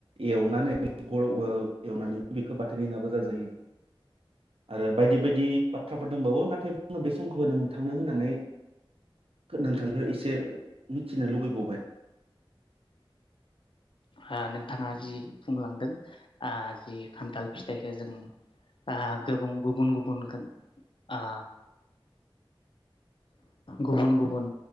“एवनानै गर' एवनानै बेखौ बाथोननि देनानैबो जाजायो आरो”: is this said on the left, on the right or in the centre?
Right